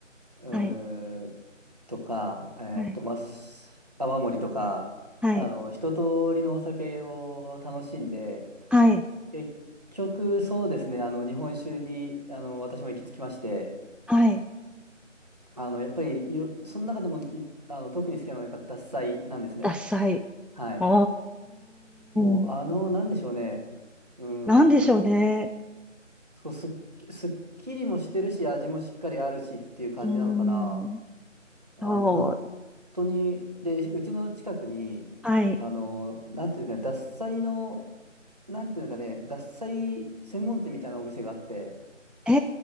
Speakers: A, on the right (about 30°); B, in the centre.
A: う
B: はい、
A: ーとか、えーっと、
B: はい、
A: ます泡盛とか、
B: はい、
A: あの、一通りのお酒を楽しんで、
B: はい、
A: 結局そうですね、あの、日本酒に、あの、私も行き着きまして、
B: はい、
A: あの、やっぱりいろ、その中でもい、あの、特に好きなのが獺祭なんですね。
B: ダサい。
A: はい。
B: お
A: もう、
B: ーん、
A: あの、なんでしょうね。うー
B: なんでしょうね。
A: ん、そう、すっき、すっきりもしてるし、味もしっかりあるしっていう感じなのかな。
B: うーん、
A: あの、
B: そう、
A: 本当に、で、うちの近くに、
B: はい。
A: あの、なんていうのかな、獺祭の、なんていうのかね、獺祭専門店みたいなお店があって、
B: え